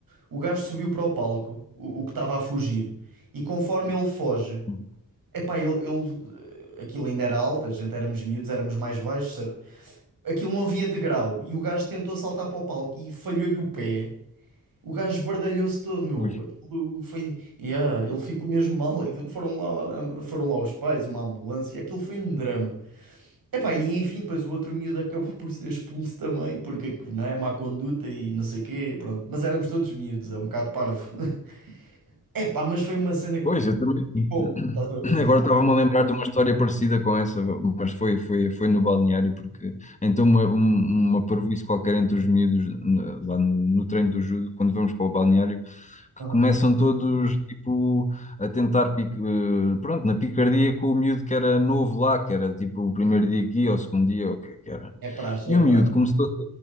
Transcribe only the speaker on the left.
sim.
ui.
Pois,
eu também. <clears throat>
Agora
estava-me a lembrar de uma história parecida com essa, mas foi, foi, foi no balneário, porque então uma, um- uma parvoíce qualquer entre os miúdos na- lá no, no treino do judo, quando vamos para o balneário, que
começam todos tipo a tentar, pic- eh, pronto, na picardia com o miúdo que era novo lá, que era tipo o primeiro dia aqui ou o segundo dia, ou o que é que era.
E
o miúdo
começou